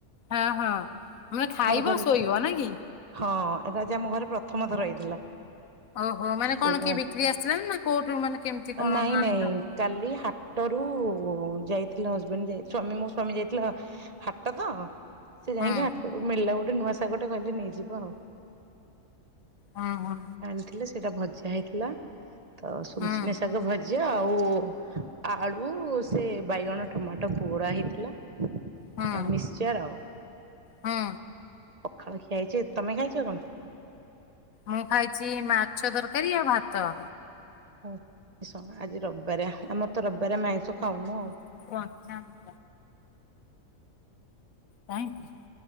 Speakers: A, on the left; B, on the right.
A: ହଁ ହଁ ମାନେ ଖାଇବ
B: ଘରେ
A: ଶୋଇବ ନା କି?
B: ହଁ ଏଟା ଆଜି ଆମ ଘରେ ପ୍ରଥମ ଥର ହେଇଥିଲା।
A: ଓହୋ ମାନେ
B: ସେଇଟା
A: କଣ କିଏ ବିକ୍ରି ଆସିଥିଲା ନା କୋଉଠୁ ମାନେ କେମିତି କଣ
B: ନାଇଁ ନାଇଁ
A: ଆଣିଚ?
B: କାଲି ହାଟରୁ ଯାଇଥିଲେ ହଜବେଣ୍ଡ ଯାଇ ସ୍ଵାମୀ ମୋ ସ୍ଵାମୀ ଯାଇଥିଲେ ହାଟ ତ ସେ ଯାଇକି
A: ହୁଁ
B: ହା ଟରୁ ମିଳିଲା ଗୋଟେ ନୂଆ ଶାଗଟା କହିଲେ ନେଇଯିବା ଆଉ।
A: ହଁ ହଁ।
B: ଆଣିଥିଲେ ସେଇଟା ଭଜା ହେଇଥିଲା ତ ସୁନସୁନିଆ
A: ହୁଁ
B: ଶାଗ ଭଜା ଆଉ ଆଳୁ ସେ ବାଇଗଣ ଟମାଟୋ ପୋଡ଼ା ହେଇଥିଲା ଆଉ
A: ହୁଁ
B: ମିକ୍ସଚର୍ ଆଉ।
A: ହୁଁ।
B: ପଖାଳ ଖିଆହେଇଛି ତମେ ଖାଇଛ କଣ?
A: ମୁଁ ଖାଇଛି ମାଛ ତରକାରୀ ଆଉ ଭାତ।
B: ହୋଉ କିଛି ସମୟ ଆଜି ରବିବାର ଆମର ତ ରବିବାରେ ଆମେ ଆଇଁସ ଖାଉନୁ ଆଉ।
A: <unintelligible> କାଇଁ